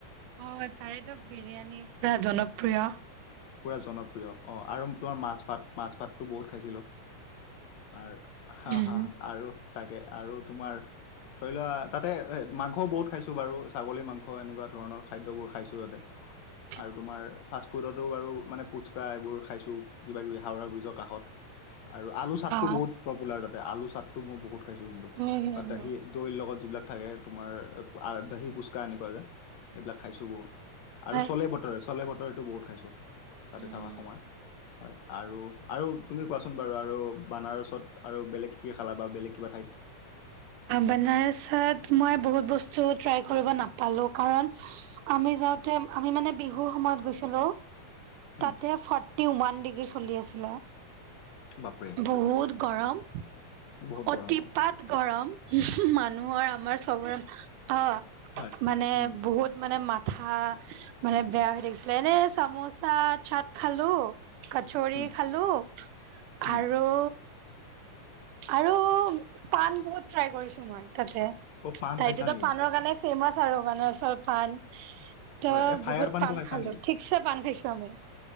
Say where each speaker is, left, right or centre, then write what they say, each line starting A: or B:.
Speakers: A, on the right (about 80°); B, on the left (about 65°).
A: অ তাৰেতো বিৰিয়ানী পুৰা জনপ্ৰিয়।
B: পুৰা জনপ্ৰিয় অ আৰু তোমাৰ মাছ পাত মাছ পাততো বহুত খাইছিলো। আৰ হা,
A: উম
B: হা আৰু তাকে আৰু তোমাৰ ধৰি লোৱা তাতে এ মাংস বহুত খাইছো বাৰু ছাগলী মাংস এনেকুৱা ধৰণৰ খাদ্যবোৰ খাইছো তাতে।
A: <inaudible>
B: আৰু তোমাৰ ফাষ্ট ফুডতো বাৰু মানে পুচকা, এইবোৰ খাইছো কিবা কিবি হাওৰা ব্ৰিজৰ কাষত। আৰু আলু চাটটো
A: অ
B: বহুত পপুলাৰ তাতে আলু চাটটো মই বহুত খাইছো কিন্তু।
A: উম
B: দা
A: উম
B: দাহিয়ে দৈৰ লগত যিবিলাক থাকে তোমাৰ আ দহি ফুচকা এনেকুৱা যে এইবিলাক খাইছোঁ বহুত।
A: হয়
B: আৰু চলে বতৰে, চলে বতৰেটো বহুত খাইছো তাতে
A: উম
B: থকা সময়। হয় আৰু, আৰু তুমি কোৱাচোন বাৰু আৰু বানাৰছত আৰু বেলেগ কি খালা বা বেলেগ কিবা ঠাইত।
A: বনাৰসত মই বহুত বস্তু ট্ৰাই কৰিব নাপালোঁ কাৰণ- আমি যাওঁতে আমি মানে বিহুৰ সময়ত গৈছিলো।
B: উম,
A: তাতে ফৰ্টি ওৱান ডিগ্ৰী চলি আছিলে।
B: বাপৰে
A: বহুত গৰম,
B: বহুত গৰম
A: অতিপাত
B: অ'।
A: গৰম। মানুহৰ আমাৰ চবৰে অ
B: হয়
A: মানে
B: উম,
A: বহুত মানে মাত- ঠা মানে বেয়া হৈ থাকিছিলে এনে চামোচা চাট খালো। কচৰি
B: উম,
A: খালো।
B: উম,
A: আৰু আৰু পাণ বহুত ট্ৰই কৰিছোঁ, মই তাতে।
B: অ' পাণ
A: তাইতো
B: খাইছা
A: ত'
B: নেকি?
A: পাণৰ কাৰণে ফেমাচ আৰু বানাৰসৰ পাণ। ত'
B: হয় এই ফায়াৰ
A: বহুত
B: পাণটো
A: পাণ
B: খাইছা
A: খালোঁ।
B: নেকি?
A: ঠিক ঠিকছে, পাণ খাইছোঁ, আমি।